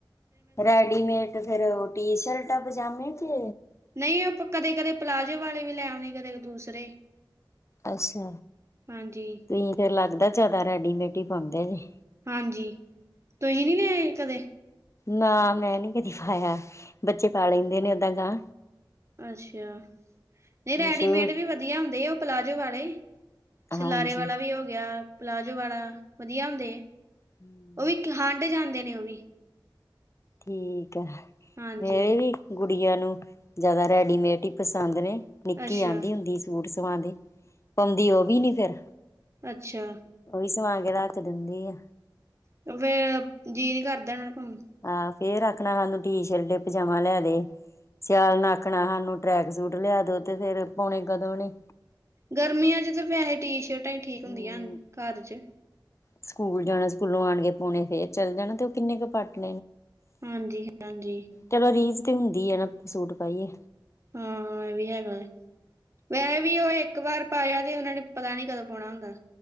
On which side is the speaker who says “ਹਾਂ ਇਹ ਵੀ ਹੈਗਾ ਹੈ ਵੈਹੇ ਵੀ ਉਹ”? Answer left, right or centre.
Right